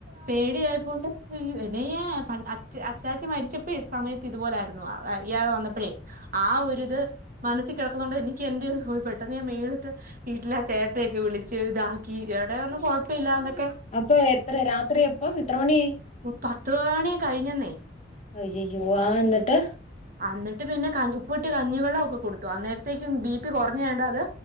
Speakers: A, on the right (about 45°); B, on the left (about 35°).
A: പേടിയായപ്പോൾ തന്നെ നീയാ അച്ച് അച്ചാച്ചി മരിച്ചപ്പോ സമയത്ത് ഇപോലൊയായിരുന്നു വയ്യാതെ വന്നപ്പോഴേ ആ ഒരിത് മനസ്സിൽ കിടക്കുന്നുണ്ട് എനിക്ക് എനിക്ക് എന്റെ ഹോ പെട്ടെന്ന് ഞാൻ മേലിൽലത്തെ വീട്ടിലെ ആ ചേട്ടനെയൊക്കെ വിളിച്ച് ഇതാക്കി ഇവിടെ പറഞ്ഞ കൊഴപ്പം ഇല്ലന്ന് കൊഴ്പ്പമില്ലെന്നൊക്കെ
B: അപ്പൊ എത്ര രാത്രി എപ്പോ എത്ര മണിയായി
A: പത്ത് മണി കഴിഞ്ഞു
B: അയ്യോയ്യോ എന്നിട്ട്
A: അന്നിട്ട് പിന്നെ ഉപ്പിട്ട് കഞ്ഞിവെള്ളമൊക്കെ ഒക്കെ കൊടുത്തു അന്നേരത്തെക്കും ബി പി കുറഞ്ഞോണ്ട് അത്‌